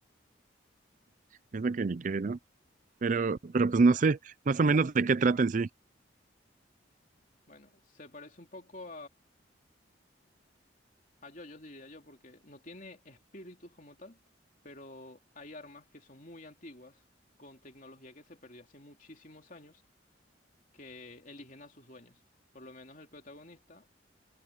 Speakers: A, on the right; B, on the left.
A: Es de que ni qué, ¿no? Pero, pero pues no sé, más o menos de qué trata en sí.
B: Bueno, se parece un poco a yoyos, diría yo, porque no tiene espíritus como tal, pero hay armas que son muy antiguas, con tecnología que se perdió hace muchísimos años, que eligen a sus dueños. Por lo menos el protagonista